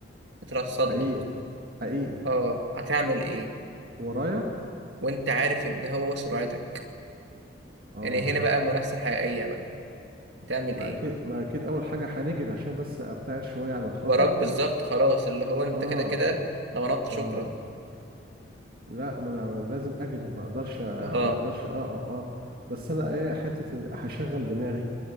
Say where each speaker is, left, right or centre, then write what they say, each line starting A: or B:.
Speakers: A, on the right; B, on the right.
A: اترصد
B: حقيقي
A: لك
B: حقيقي
A: اه هتعمل ايه
B: ورايا
A: وانت عارف ان هو سرعتك
B: اه
A: يعني هنا بقى المنافسة الحقيقية بقى بتعمل
B: ما
A: ايه
B: اكيد ما اكيد اول حاجه هنجري عشان بس ابتعد شويه عن الخطر
A: وراك بالظبط خلاص اللي هو انت
B: اه
A: كده كده لو نط
B: اه
A: شكرا
B: لا ما انا لازم اجري ما اقدرش
A: اه
B: ما اقدرش اقف اه بس انا ايه حته ال- هشغل دماغي